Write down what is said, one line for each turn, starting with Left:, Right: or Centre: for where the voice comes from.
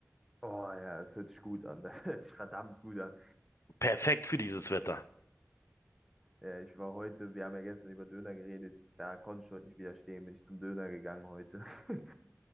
Centre: Oh ja, das hört sich gut an. Das <laughs> hört sich verdammt gut an.
Left: Perfekt für dieses Wetter.
Centre: Ja, ich war heute, wir haben ja gestern über Döner geredet, da konnte ich heute nicht widerstehen, bin ich zum Döner gegangen heute. <laughs>